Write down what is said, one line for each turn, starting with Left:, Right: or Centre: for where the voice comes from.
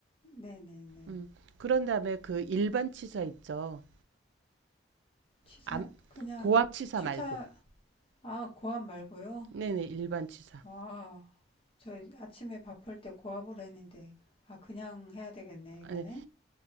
Left: 네네네.
Right: 음. 그런 다음에 그 일반 치사 있죠.
Left: 취사,
Right: 암,
Left: 그냥
Right: 고압 치사
Left: 취사,
Right: 말고.
Left: 아, 고압 말고요?
Right: 네네, 일반 치사.
Left: 아, 저 아침에 밥할 때 고압을 했는데, 아, 그냥 해야 되겠네,
Right: 아니,
Left: 이거는.